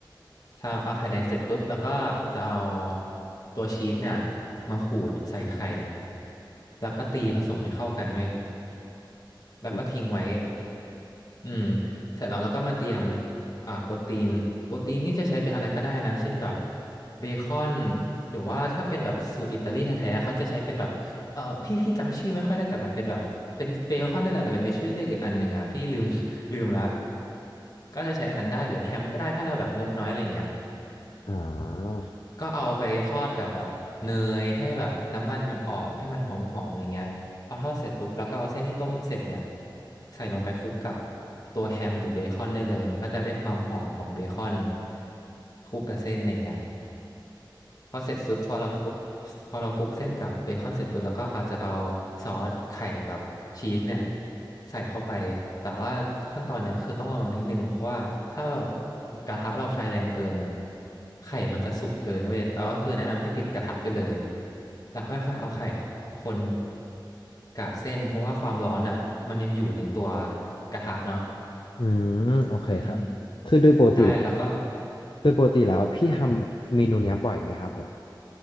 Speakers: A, on the left; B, on the left.
A: ถ้าเอาไข่แดงเสร็จปุ๊บเราก็จะเอาตัวชีสเนี่ยมาขูดใส่ไข่แล้วก็ตีผสมให้เข้ากันเว้ยแล้วก็ทิ้งไว้
B: อืม
A: อืมเสร็จแล้วเราก็มาเตรียมอ่าโปรตีนโปรตีนนี่จะใช้เป็นอะไรก็ได้นะเช่นแบบเบคอนหรือว่าถ้าเป็นแบบสูตรอิตาลีแท้ๆเขาจะใช้เป็นแบบเออพี่พี่จำชื่อไม่ค่อยได้แต่มันเป็นแบบเป็นเบคอนนั่นแหละแต่เป็นไปชื่อเรียกอีกอันหนึ่งอ่ะพี่ลืม <laughs> ลืมละก็จะใช้อันนั้นได้หรือแฮมก็ได้ถ้าเราแบบงบน้อยอะไรเงี้ย
B: อ่า
A: ก็เอาไปทอดกับแบบเนยให้แบบน้ำมันมันออกให้มันหอมๆอะไรเงี้ยพอทอดเสร็จปุ๊บแล้วก็เอาเส้นที่ต้มเสร็จเนี่ยใส่ลงไปคลุกกับตัวแฮมหรือเบคอนได้เลยมันก็จะได้ความหอมของเบคอนคลุกกับเส้นอะไรเงี้ย พอเสร็จปุ๊บพอเราคลุกพอเราคลุกเส้นกับเบคอนเสร็จปุ๊บเราก็อาจจะเอาซอสไข่กับชีสเนี่ยใส่เข้าไปแต่ว่าขั้นตอนเนี่ยคือต้องระวังนิดนึงเพราะว่าถ้ากระทะเราไฟแรงเกินอ่ะไข่มันจะสุกเกินเว้ยแล้วก็คือแนะนำให้ปิดกระทะไปเลยแล้วค่อยๆเอาไข่คนกับเส้นเพราะว่าความร้อนอ่ะมันยังอยู่ในตัวกระทะเนาะ
B: อืมโอเคครับคือโดยปกติ
A: อืมใช่แล้วก็
B: โดยปกติแล้วพี่ทำเมนูเนี้ยบ่อยไหมครับผม